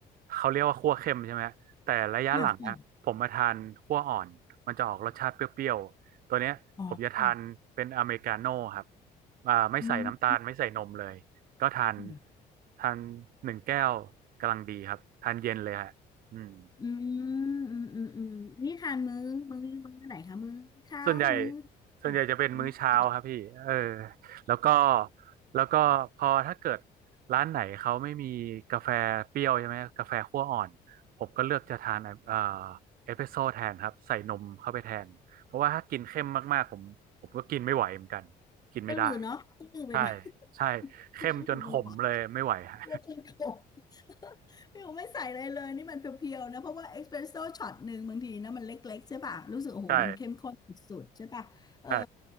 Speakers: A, on the right; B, on the left.
A: เขาเรียกว่าคั่วเข้มใช่ไหมแต่ระยะหลังอะผมมาทานคั่วอ่อนมันจะออกรสชาติเปรี้ยวๆตัวเนี้ยผมจะทานเป็นอเมริกาโน่ครับ
B: ค่ะอ๋อ
A: อ่าไม่ใส่น้ำตาลไม่ใส่นมเลยก็ทาน
B: อืมอืม
A: ทานหนึ่งแก้วกำลังดีครับทานเย็นเลยฮะอืม
B: อืมอืมอืมนี่ทานมื้อมื้อมื้อไหนคะมื้อเช้ามื้อ
A: ส่วนใหญ่ส่วนใหญ่จะเป็นมื้อเช้าครับพี่เออ
B: บ่ายมื้อ
A: แล้วก็แล้วก็พอถ้าเกิดร้านไหนเขาไม่มีกาแฟเปรี้ยวใช่ไหมกาแฟคั่วอ่อนผมก็เลือกจะทานเอ่อเอสเปรสโซ่แทนครับใส่นมเข้าไปแทนเพราะว่าถ้ากินเข้มมากๆผมผมก็กินไม่ไหวเหมือนกันกินไม่ได้
B: ก็หรือเนาะก็หรือไปไหม
A: ใช่ใช่
B: <laughs>
A: เข้มจนขมเลยไม่ไหว
B: เนี่ยรู้สึกมันหวาน
A: <laughs> ฮะ
B: เพื่อที่โต <laughs> พี่ผมไม่ใส่อะไรเลยนี่มันเพียวๆนะเพราะว่าเอสเปรสโซ่ช็อตหนึ่งบางทีนะมันเล็กๆใช่ป่ะรู้สึกโอ้โหมันเข้มข้นสุดๆใช่ป่ะเออ
A: ใช่ใช่